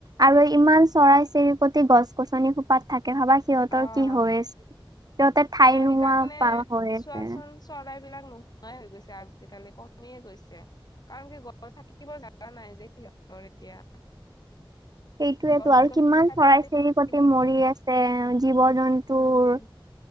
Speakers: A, on the right; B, on the left.
A: আৰু ইমান চৰাই, চিৰিকতি গছ-গছনি খু পাত থাকে ভাবা সিহঁতৰ
B: অ'
A: কি হৈ আছে সিহঁতে ঠাই
B: কিয়
A: নোহোৱা
B: সেইকাৰণে
A: প হৈ
B: চোৱাচোন
A: আছে।
B: চৰাই বিলাক নোহোৱাই হৈ গৈছে আজিকালি কমিয়ে গৈছে। কাৰণ কি ঘৰত থাকিব জা নাই যে সিহঁতৰ এতিয়া
A: সেইটোয়েটো
B: গছ
A: আৰু
B: গছনি
A: কিমান
B: থাকিলে
A: চৰাই-চিৰিকতি
B: থাকিল হয়।
A: মৰি আছে। তে জীৱ, জন্তুৰ
B: উম,